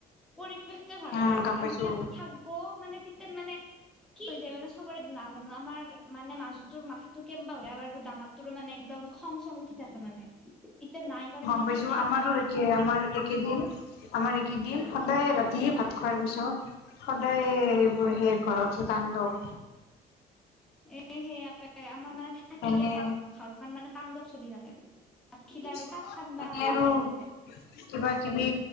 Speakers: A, in the centre; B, on the left.
A: <unintelligible> ভাল হৈ
B: উম
A: থাকে।
B: গম
A: আৰু
B: পাইছো
A: যেতিয়া থাকিব মানে তেতিয়া মানে কি হৈ যায় মানে চবৰে নাজানো আমাৰ মানে মাজুটোৰ মাথাটো কেনুৱা হয় আৰু ডাঙৰটোৰো মানে একদম খং চং উঠি থাকে মানে। এতিয়া নাই কাৰণে
B: গম পাইছো
A: কি ঠাণ্ডা
B: আমাৰো একে আমাৰ একেদিন। আমাৰ একেই দিন। সদায়
A: উম
B: ৰাতি ভাত খোৱাৰ পিছত সদায় এইবোৰ সেই ঘৰত যি তাণ্ডৱ
A: এ সে আকে এ আমাৰ মানে থাকিলে
B: এনে
A: ঘৰত ঘৰখন মানে তাণ্ডৱ চলি থাকে।
B: <unintelligible>
A: ভাত খিলা আৰু পুৰা ঠাণ্ডা
B: এনে আৰু
A: নিৰল হৈ থাকে
B: কিবা কিবি।